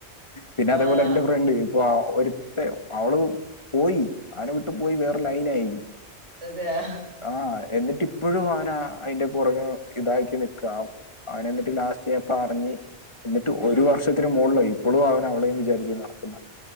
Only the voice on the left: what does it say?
പിന്നെ അതേപോലെ
എന്റെ ഫ്രണ്ട് വാ ഒരുത്തെ അവളു പോയി അവനെ വിട് ട്ട് പോയി വേറെ ലൈനായി.
ആഹ് എന്നിട്ടിപ്പഴും അവനാ അയ്ന്റെ പൊറകെ ഇതാക്കി നിക്കാ അവനെന്നിട്ട് ലാസ് ചെ പാർഞ്ഞ് എന്നിട്ട് ഒരു
വർഷത്തിന് മോൾലായ് ഇപ്പളും അവനവളേം വിചാരിച്ച് നട്ക്ക്ന്ന.